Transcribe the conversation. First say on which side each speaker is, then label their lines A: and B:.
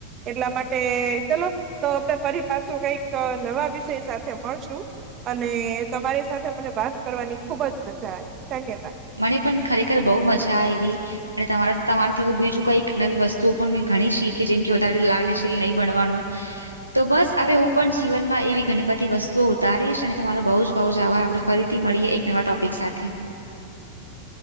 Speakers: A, on the right; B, on the right.
A: એટલા માટે ચલો તો આપડે ફરી પાછો કઈક નવા વિષય સાથે મળશું અને તમારી સાથે મને વાત કરવાની ખુબજ મજા આવી ધન્યવાદ
B: મને પણ ખરેખર બહુ મજા આવી અને તમારા તમારીથી હું બીજું કઈક નવી વસ્તુઓ પણ મેં ઘણી શીખી જેમ કે વધારે લાગ્નશીલ નહીં બનવાનું તો બસ હવે હું પણ જીવનમાં એવી ઘણી બધી વસ્તુઓ ઉતારીશ અને તમારો બઉ જ બઉ જ આવા આપણે ફરી તે મળીએ એક નવા ટોપિક સાથે
A: સે <unintelligible>